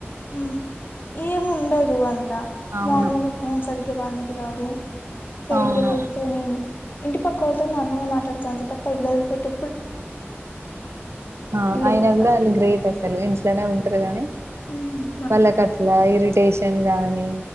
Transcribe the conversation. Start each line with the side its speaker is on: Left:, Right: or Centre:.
Left: ఉమ్ ఏం ఉండదు అంతా
Right: అవును
Left: మామ్మీగ ఫోన్ సరిగ్గా పనికి రాదు సరిగ
Right: అవును
Left: వాళ్ళతోని ఇంటి పక్క వాళ్ళతో నార్మల్ గా మాట్లాడుత అంతే తప్ప ఇల్ వదిలి పెట్టి
Right: ఆ
Left: ఇల్లే
Right: అయినా
Left: మొత్తం
Right: కూడా ఆల్లు గ్రేట్ అసలు ఇంట్లోనే ఉంటారు గానీ
Left: హుమ్
Right: వాళ్ళకట్లా ఇరిటేషన్ గానీ